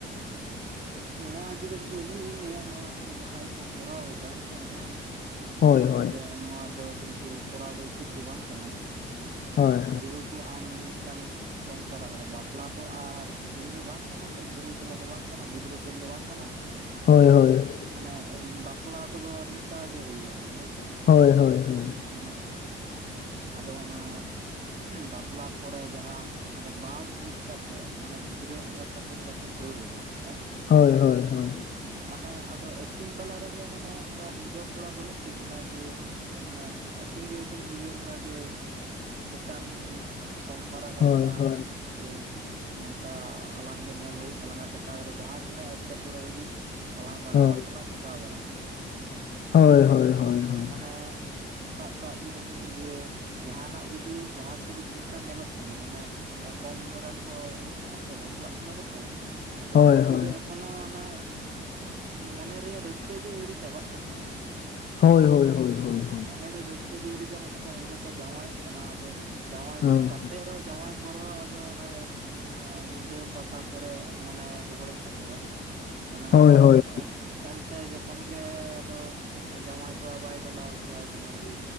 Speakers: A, on the left (about 50°); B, on the right (about 45°).
A: <inaudible>
B: ᱱᱚᱣᱟ ᱤᱫᱤ ᱠᱟᱛᱮᱜ ᱫᱚ ᱟᱹᱞᱤᱧ ᱞᱤᱧ ᱞᱟᱹᱭᱟ ᱱᱚᱣᱟ ᱠᱚᱫᱚ ᱡᱟᱦᱟᱸᱭ ᱜᱮ ᱠᱚ ᱠᱚᱨᱟᱣ ᱮᱫᱟ ᱥᱮ ᱦᱮᱸ,
A: ᱦᱳᱭ
B: ᱩᱱᱠᱩ
A: ᱦᱳᱭ
B: ᱫᱚ ᱱᱚᱣᱟ ᱫᱚ ᱠᱤᱱᱛᱩ ᱠᱚᱨᱟᱣ ᱫᱚ ᱩᱪᱤᱛ ᱫᱚ ᱵᱟᱝ ᱠᱟᱱᱟ
A: ᱦᱳᱭ
B: ᱡᱮᱦᱩᱛᱩ, ᱟᱢᱮᱢ ᱢᱤᱫᱴᱟᱝ ᱮᱢ ᱥᱚᱝᱥᱟᱨ ᱟᱠᱟᱫᱟ ᱵᱟᱯᱞᱟ ᱛᱚ ᱟᱨ ᱤᱭᱟᱹ ᱫᱚ ᱵᱟᱝ ᱠᱟᱱᱟ ᱥᱮ ᱪᱮᱷᱞᱮ, ᱫᱚ ᱵᱟᱝ ᱠᱟᱱᱟ ᱜᱤᱫᱽᱨᱟᱹ ᱠᱷᱮᱞ ᱫᱚ ᱵᱟᱝ ᱠᱟᱱᱟ,
A: ᱦᱳᱭ ᱦᱳᱭ ᱾
B: ᱢᱟᱱᱮ ᱵᱟᱯᱞᱟ ᱠᱚᱫᱚ ᱢᱤᱫ ᱫᱷᱟᱣ ᱜᱮ ᱦᱩᱭᱩᱜᱼᱟ ᱦᱳᱭᱥᱮ,
A: ᱦᱳᱭ ᱦᱳᱭ ᱦᱳᱭ ᱾
B: ᱢᱟᱱᱮ ᱟᱫᱚ ᱚᱱᱟ, ᱵᱟᱯᱞᱟ ᱯᱚᱨᱮ ᱡᱟᱦᱟᱸ ᱟᱫᱚ ᱵᱟᱝ ᱵᱩᱡ ᱠᱟᱛᱮᱜ ᱢᱟᱱᱮ ᱜᱤᱫᱽᱨᱟᱹ ᱮᱸᱜᱟᱛ ᱠᱟᱛᱮᱜ ᱨᱮ, ᱫᱟᱹᱲᱮᱫᱟ ᱦᱮᱸ,
A: ᱦᱳᱭ ᱦᱳᱭ ᱦᱳᱭ ᱾
B: ᱢᱟᱱᱮ ᱟᱫᱚ ᱟᱹᱠᱤᱱ ᱛᱟᱞᱟ ᱨᱮᱜᱮ ᱢᱟᱱᱮ ᱚᱱᱠᱟ ᱵᱩᱡᱷᱟᱹᱣ ᱯᱚᱲᱟ ᱵᱟᱹᱱᱩᱜ ᱛᱟᱹᱠᱤᱱᱟ ᱡᱮ, ᱢᱟᱱᱮ ᱟᱹᱠᱤᱱ ᱜᱮᱠᱤᱱ ᱵᱩᱡᱷᱟᱹᱣ ᱞᱮᱱᱟ ᱡᱮ ᱢᱤᱫᱴᱟᱝ, ᱥᱚᱝᱥᱟᱨ ᱟᱠᱟᱫᱟ
A: ᱦᱳᱭ
B: ᱞᱟᱝ
A: ᱦᱳᱭ
B: ᱡᱮ ᱱᱚᱝᱠᱟ ᱟᱞᱟᱝ ᱜᱮ ᱧᱮᱞ ᱦᱩᱭᱩᱜ ᱞᱟᱝ ᱴᱮᱠᱟᱣ ᱫᱟᱲᱮᱜ ᱡᱟᱦᱟᱸ ᱛᱤᱱᱟᱹᱜ ᱮᱴᱠᱮᱴᱚᱬᱮ ᱦᱤᱡᱩᱜ ᱟᱞᱟᱝ ᱵᱟᱱᱟ
A: ᱦᱳᱭ
B: ᱦᱚᱲ ᱛᱮᱞᱟᱝ ᱴᱮᱠᱟᱣ ᱫᱟᱨᱟᱢᱟ
A: ᱦᱳᱭ ᱦᱳᱭ
B: ᱦᱮᱸ
A: ᱦᱳᱭ ᱦᱳᱭ
B: ᱥᱮ ᱢᱟᱱᱮ ᱥᱟᱵ ᱠᱟᱜ ᱵᱤᱱ ᱡᱮ ᱡᱟᱦᱟᱱᱟᱜ ᱡᱩᱫᱤ ᱡᱟᱦᱟᱸᱛᱮ ᱡᱩᱫᱤ ᱱᱮᱛᱟᱨ ᱧᱮᱞᱚᱜ ᱠᱟᱱᱟ ᱢᱟᱱᱮ ᱠᱚᱢ ᱩᱢᱮᱨᱟᱱ ᱠᱚ ᱤᱭᱟᱹ ᱠᱟᱱᱟ ᱛᱚ ᱵᱟᱯᱞᱟᱜ ᱠᱟᱱᱟ ᱠᱚᱛᱚ ᱟᱫᱚ
A: ᱦᱳᱭ
B: ᱩᱱᱠᱩ
A: ᱦᱳᱭ ᱦᱳᱭ
B: ᱫᱚ ᱮᱠᱷᱚᱱᱳ ᱚᱱᱮ ᱢᱚᱱᱮ ᱨᱮᱭᱟᱜ ᱨᱟᱹᱥᱠᱟᱹᱜ ᱜᱮ ᱟᱹᱣᱨᱤ ᱪᱟᱵᱟᱜ ᱛᱟᱠᱚᱣᱟ
A: ᱦᱳᱭ ᱦᱳᱭ ᱦᱳᱭ ᱦᱳᱭ ᱦᱳᱭ
B: ᱢᱚᱱᱮᱨᱮ ᱨᱟᱹᱥᱠᱟᱹ ᱜᱮ ᱟᱣᱨᱤ ᱪᱟᱵᱟᱜ ᱛᱟᱠᱚᱣᱟ ᱩᱱ ᱨᱮᱠᱚ ᱡᱟᱶᱟᱭᱚᱜ ᱠᱟᱱᱟ ᱟᱫᱚ ᱡᱟᱶᱟᱭ
A: ᱦᱳᱭ ᱦᱳᱭ
B: ᱠᱟᱛᱮᱜ ᱨᱮᱦᱚᱸ ᱡᱟᱶᱟᱭ ᱯᱚᱨ ᱦᱚᱸ ᱟᱫᱚ ᱚᱱᱮ ᱧᱤᱫᱟᱹ ᱯᱟᱛᱟ ᱠᱚᱨᱮ ᱢᱚᱱᱮ ᱜᱚᱦᱚᱲᱮᱫ ᱛᱟᱠᱚᱣᱟᱭ ᱢᱟᱱᱮ
A: ᱦᱳᱭ
B: ᱟᱫᱚ ᱚᱱᱛᱮ ᱡᱚᱠᱷᱚᱱ ᱜᱮ ᱟᱫᱚ ᱡᱟᱶᱟᱭ ᱠᱚᱲᱟ ᱵᱟᱭ ᱪᱟᱞᱟᱣ ᱦᱚᱪᱚᱣᱟᱭ ᱠᱟᱱᱟ ᱡᱮ